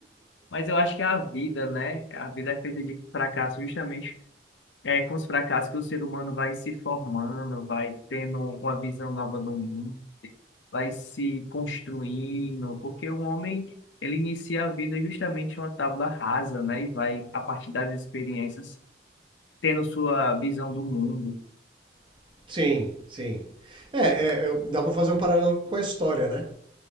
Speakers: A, on the left; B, on the right.
A: mas eu acho que a vida, né? A vida é feita de fracasso, justamente. É com os fracassos que o ser humano vai se formando, vai tendo uma visão nova do mundo. vai se construindo, porque o homem, ele inicia a vida justamente uma tábua rasa, né? E vai, a partir das experiências, tendo sua visão do mundo.
B: <laughs> Sim, sim. É, é, eu- dá pra fazer um paralelo com a história, né?